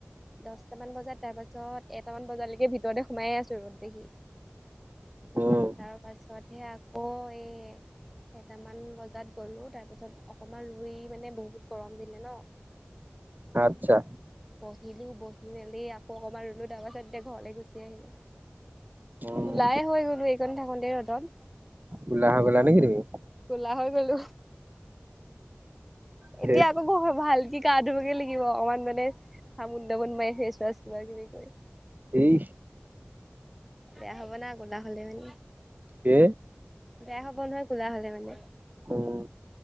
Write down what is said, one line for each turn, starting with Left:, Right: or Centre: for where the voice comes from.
Centre: দহটামান বজাত তাৰপাছত এটামান বজালৈকে ভিতৰতে সোমাইে আছো ৰ'দ দেহি।
Right: উম
Centre: তাৰ পাছতহে আকৌ এই এটামান বজাত গ'লো তাৰপিছত অকমান ৰুই মানে বহুত গৰম দিলে ন।
Right: আচ্ছা।
Centre: আহিলো বহি মেলি আকৌ অকমান ৰুলো তাৰ পাছত এতিয়া ঘৰলে গুচি আহিলোঁ।
Right: উম
Centre: কোলাই হৈ গ'লো এইকণ থাকোতে ৰদত।
Right: কলাহ হৈ গলা নেকি তুমি।
Centre: কোলা হৈ গলো
Right: ধেত
Centre: এতিয়া আকৌ ঘৰ ভাল। কি গা ধুবকে লাগিব অকমান মানে চাবোন টাবোন মাৰ ফেচ ৱাচ কিবা কিবি কৰি।
Right: এই
Centre: বেয়া হ'ব না ক'লা হলে মানি।
Right: কি
Centre: বেয়া হব নহয় খোলা হলে মানে
Right: উম